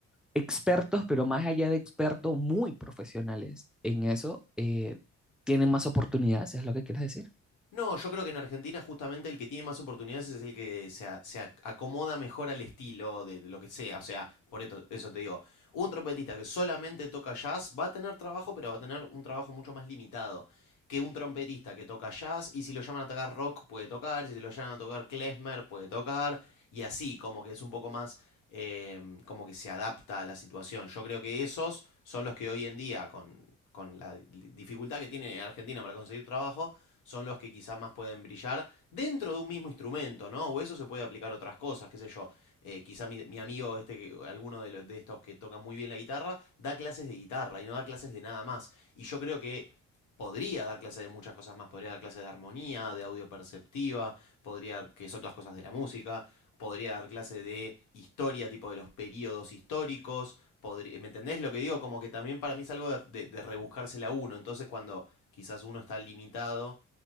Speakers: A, in the centre; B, on the left.
A: expertos, pero más allá de expertos, muy profesionales en eso, eh, tienen más oportunidades, es lo que quieres decir.
B: No, yo creo que en Argentina justamente el que tiene más oportunidades es el que se, a- se ac- acomoda mejor al estilo de, de lo que sea. O sea, por esto- eso te digo, un trompetista que solamente toca jazz va a tener trabajo, pero va a tener un trabajo mucho más limitado que un trompetista que toca jazz y si lo llaman a tocar rock puede tocar, si lo llaman a tocar klezmer puede tocar y así, como que es un poco más, em, como que se adapta a la situación. Yo creo que esos son los que hoy en día, con, con la dificultad que tiene Argentina para conseguir trabajo, son los que quizás más pueden brillar dentro de un mismo instrumento, ¿no? O eso se puede aplicar a otras cosas, qué sé yo. Eh, quizá mi, mi, amigo, este, alguno de, lo- de estos que tocan muy bien la guitarra, da clases de guitarra y no da clases de nada más. Y yo creo que podría dar clases de muchas cosas más, podría dar clases de armonía, de audio perceptiva, podría, que son todas cosas de la música, podría dar clase de historia, tipo de los periodos históricos. podrí- ¿Me entendés lo que digo? Como que también para mí es algo de, de- de rebuscársela a uno. Entonces, cuando quizás uno está limitado